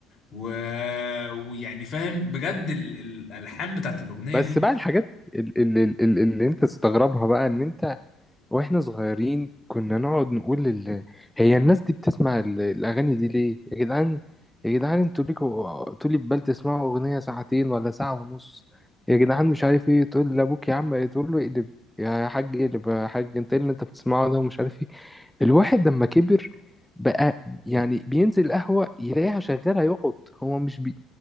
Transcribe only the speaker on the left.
و... ويعني فاهم بجد ال... ال- الألحان بتاعت الأغنية
دي